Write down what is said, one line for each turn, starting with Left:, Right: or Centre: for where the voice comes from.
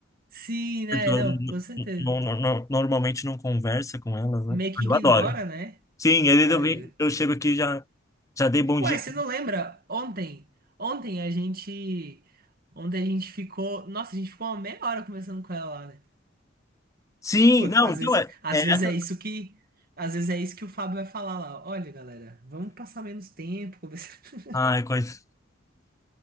Right: Sim, né?
Left: Porque eu
Right: Não, com certeza.
Left: não- não- não- normalmente não conversa com elas, né?
Right: meio que
Left: Eu
Right: ignora,
Left: adoro.
Right: né?
Left: Sim, às vezes
Right: Ah,
Left: eu
Right: é.
Left: venho, eu chego aqui e já já dei bom
Right: Ué,
Left: dia.
Right: você não lembra? Ontem, ontem a gente, ontem a gente ficou, nossa, a gente ficou uma meia hora conversando com ela lá, né?
Left: Sim,
Right: Putz,
Left: não,
Right: às
Left: então
Right: vezes,
Left: é,
Right: às
Left: é
Right: vezes
Left: essa.
Right: é isso que, às vezes é isso que o Fábio vai falar lá. Olha, galera, vamos passar menos tempo conversando.
Left: Ai, coisa.